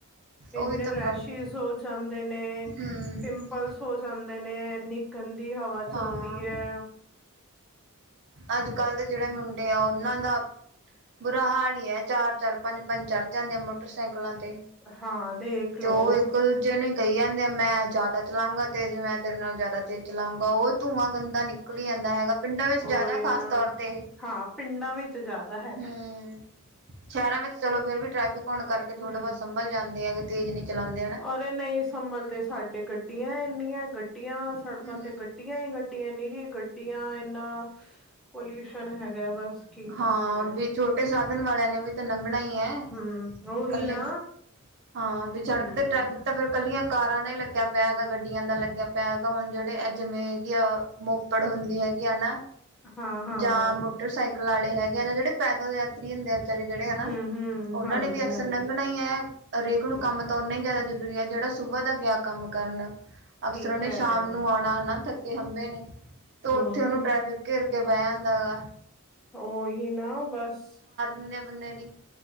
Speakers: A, in the centre; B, on the right.
A: ਇੰਨੇ
B: ਉਹੀ ਤਾਂ
A: ਰੈਸ਼ਜ਼
B: ਪ੍ਰੋਬਲਮ
A: ਹੋ ਜਾਂਦੇ ਨੇਂ
B: ਹੂੰ
A: ਪਿੰਪਲਸ ਹੋ ਜਾਂਦੇ ਨੇਂ ਇੰਨੀ ਗੰਦੀ ਹਵਾ ਚੱਲਦੀ
B: ਹਾਂ
A: ਐ।
B: ਅੱਜ ਕੱਲ ਦੇ ਜਿਹੜੇ ਮੁੰਡੇ ਆ, ਉਹਨਾਂ ਦਾ ਬੁਰਾ ਹਾਲ ਹੀ ਐ ਚਾਰ-ਚਾਰ ਪੰਜ ਪੰਜ ਚੜ ਜਾਂਦੇ ਆ ਮੋਟਰਸਾਈਕਲਾਂ ਤੇ,
A: ਹਾਂ ਦੇਖ
B: ਤੇ
A: ਲਓ
B: ਉਹ ਇੱਕ ਬੱਚੇ ਨੂੰ ਕਹੀ ਜਾਂਦੇ ਆ ਮੈਂ ਜ਼ਿਆਦਾ ਚਲਾਗਾ ਤੇਜ਼ ਮੈਂ ਤੇਰੇ ਨਾਲ ਜ਼ਿਆਦਾ ਤੇਜ਼ ਚਲਾਉਂਗਾ ਉਹ ਧੂੰਆਂ ਗੰਦਾ ਨਿਕ ਨਿਕਲ ਹੀ ਜਾਂਦਾ ਹੈਗਾ ਪਿੰਡਾਂ ਵਿੱਚ ਜ਼ਿਆਦਾ
A: ਉਹੀ
B: ਖਾਸ
A: ਨਾ
B: ਤੌਰ ਤੇ
A: ਹਾਂ ਪਿੰਡਾਂ ਵਿੱਚ ਜ਼ਿਆਦਾ ਹੈਗਾ
B: ਹਮ ਸ਼ਹਿਰਾਂ ਵਿੱਚ ਚਲੋ ਫਿਰ ਵੀ ਟ੍ਰੈਫਿਕ ਹੋਣ ਕਰਕੇ
A: ਹੂੰ
B: ਥੋੜਾ ਬਹੁਤ ਸੰਭਲ ਜਾਂਦੇ ਆ ਤੇਜ਼ ਨਹੀਂ ਚਲਾਉਂਦੇ ਹਨਾ
A: ਅਰੇ ਨਹੀਂ ਸੰਭਲ ਦੇ ਸਾਡੇ ਗੱਡੀਆਂ ਇੰਨੀਆਂ ਗੱਡੀਆਂ ਸੜਕਾਂ
B: ਹੂੰ-ਹੂੰ।
A: ਤੇ ਗੱਡੀਆਂ ਹੀ ਗੱ ਗੱਡੀਆਂ ਨ ਰਹੀ ਗੱਡੀਆਂ ਇੰਨਾ ਪੋਲਿਊਸ਼ਨ ਹੈਗਾ ਬਸ ਕੀ ਦੱਸੀਏ
B: ਹਾਂ ਵੀ ਛੋਟੇ ਸਾਧਨ ਵਾਲਿਆਂ ਨੇ ਵੀ ਤਾਂ ਲੰਘਣਾ ਹੀ ਹੈ
A: ਹੂੰ ਉਹੀ
B: ਇਕੱਲੇ
A: ਨਾ
B: ਹਾਂ ਵੀ ਸੜਕ
A: ਹੂੰ
B: ਤੇ ਟ੍ਰੈਫਿਕ ਤਾਂ ਫਿਰ ਇਕੱਲੀਆਂ ਕਾਰਾਂ ਦਾ ਹੀ ਲੱਗਿਆ ਪਿਆ ਹੈਗਾ ਗੱਡੀਆਂ ਦਾ ਲੱਗਿਆ ਪਿਆ ਹੈਗਾ ਹੁਣ ਜਿਹੜੇ ਇਹ ਜਿਵੇਂਗੀ ਆ ਮੋਪੜ ਹੁੰਦੀ ਹੈਗੀ ਨਾ
A: ਹਾਂ ਹਾਂ
B: ਜਾਂ ਮੋਟਰਸਾਈਕਲ ਵਾਲੇ ਹੈਗੇ ਆ ਜਾਂ ਜਿਹੜੇ ਪੈਦਲ ਯਾਤਰੀ ਹੁੰਦੇ ਆ ਵਿਚਾਰੇ ਜਿਹੜੇ ਆ ਨਾ
A: ਹੂੰ ਹੂੰ
B: ਉਹਨਾਂ
A: ਹਾਂਜੀ
B: ਨੇ ਵੀ ਅਕਸਰ
A: ਹਾਂਜੀ
B: ਲੰਘਣਾ ਹੀ ਰਰੇਕ ਨੂੰ
A: ਬਿਲਕੁਲ
B: ਕੰਮ ਤਾਂ ਨਾ ਹੀ ਜ਼ਿਆਦਾ ਜ਼ਰੂਰੀ ਹੈ ਜਿਹੜਾ ਸੁਬਹ ਦਾ ਗਿਆ ਕੰਮ ਕਰਨ ਅਫਸਰ
A: ਠੀਕ
B: ਉਹ ਨੇ
A: ਕਹਿ
B: ਸ਼ਾਮ
A: ਰਹੇ ਹੋ
B: ਨੂੰ ਆਉਣਾ ਹਨਾ ਥੱਕੇ ਹੰਭੇ ਨੇ ਤੇ ਉੱਥੇ
A: ਹਮ
B: ਉਹਨੂੰ ਟ੍ਰੈਫਿਕ ਘਿਰ ਕੇ ਬਹਿ ਜਾਂਦਾ ਗਾ
A: ਉਹੀ ਨਾ ਬਸ
B: ਬੰਨੇ ਬੰਨਿਆਂ ਦੀ